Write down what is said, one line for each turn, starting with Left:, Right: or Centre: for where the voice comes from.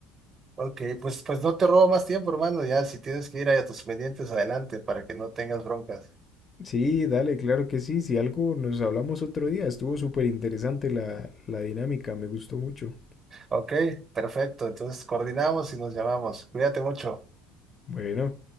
Right: Ok, pues, pues no te robo más tiempo, hermano, ya si tienes que ir a tus pendientes, adelante, para que no tengas broncas.
Left: Sí, dale, claro que sí. Si algo nos hablamos otro día, estuvo súper interesante la, la dinámica, me gustó mucho.
Right: Ok, perfecto, entonces coordinamos y nos llamamos. Cuídate mucho.
Left: Bueno.